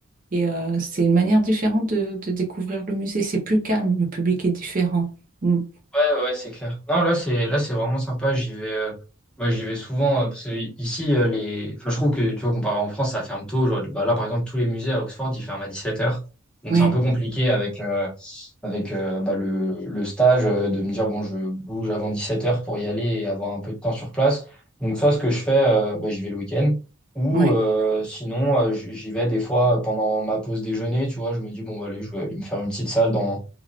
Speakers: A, on the right; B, in the centre.
A: Et euh, c'est une manière différente de, de découvrir le musée. C'est plus calme, le public est différent. Mm.
B: Ouais, ouais, ouais, c'est clair. Non, là, c'est là, c'est vraiment sympa. J'y vais, euh, ouais, j'y vais souvent euh, parce que ici, euh, les, enfin, je trouve que tu vois, comparé en France, ça ferme tôt. Genre, bah, là, par exemple, tous les musées à Oxford, ils ferment à 17h. Donc,
A: Ouais,
B: c'est un peu compliqué avec, euh, avec euh, bah, le, le stage euh, de me dire, bon, je bouge avant 17h pour y aller et avoir un peu de temps sur place. Donc, soit ce que je fais, euh, bah, j'y vais le week-end ou
A: ouais.
B: euh, sinon, euh, j- j'y vais des fois pendant ma pause déjeuner. Tu vois, je me dis, bon, bah, allez, je vais aller me faire une petite salle dans